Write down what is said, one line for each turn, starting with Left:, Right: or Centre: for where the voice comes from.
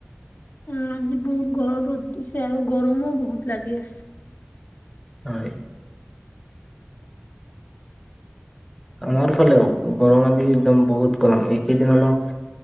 Left: অ', আজি বহুত গৰত-ৰ'দ দিছে আৰু গৰমো বহুত লাগি আছে।
Centre: হয়। আমাৰ ফালেও, গৰম আজি একদম বহুত গৰম এইকেইদিন অলপ